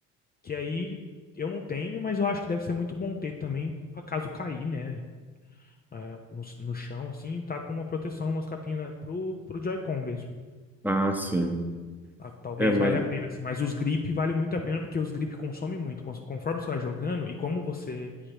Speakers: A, on the left (about 25°); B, in the centre.
A: que aí eu não tenho, mas eu acho que deve ser muito bom ter também, pra caso cair, né? ah, no, no chão, assim, tá com uma proteção, umas capinhas na- pro, pro Joy-Con mesmo.
B: Ah, sim.
A: Ah, Talvez
B: É, mas.
A: valha a pena, assim, mas os grip vale muito a pena porque os grip consomem muito. Cons- Conforme você vai jogando, e como você